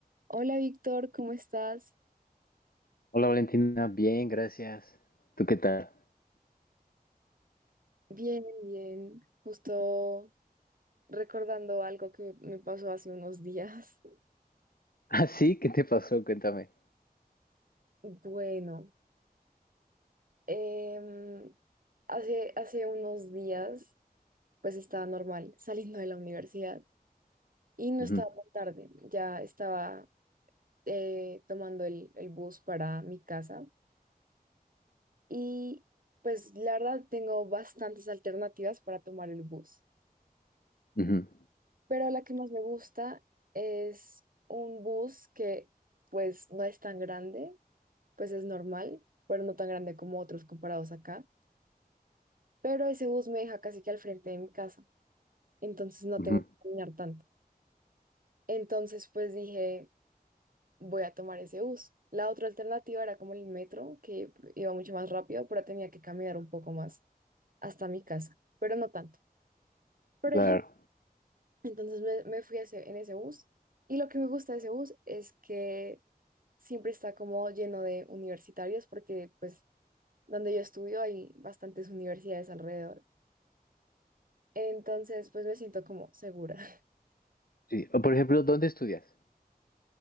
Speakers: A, on the right; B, on the left.
A: Hola Víctor, ¿cómo estás?
B: Hola Valentina, bien, gracias. ¿Tú qué tal? <laughs>
A: Bien, bien. Justo recordando algo que me pasó hace unos días.
B: Ah, sí, ¿qué te pasó? Cuéntame.
A: Bueno, em, hace, hace unos días pues estaba normal saliendo de la universidad y no
B: Ujú,
A: estaba tan tarde, ya estaba eh, tomando el, el bus para mi casa y pues la verdad tengo bastantes alternativas para tomar el bus.
B: ujú,
A: pero la que más me gusta es un bus que pues no es tan grande, pues es normal, pero no tan grande como otros comparados acá. Pero ese bus me deja casi que al frente de mi casa, entonces no
B: ujú,
A: tengo que caminar tanto. Entonces pues dije, voy a tomar ese bus. La otra alternativa era como el metro, que iba mucho más rápido, pero tenía que caminar un poco más hasta mi casa, pero no tanto. Pero
B: Claro.
A: dije, entonces me, me fui a ese- en ese bus y lo que me gusta de ese bus es que siempre está como lleno de universitarios porque pues donde yo estudio hay bastantes universidades alrededor. Entonces pues me siento como segura. <laughs>
B: Sí. O, por ejemplo, ¿dónde estudias?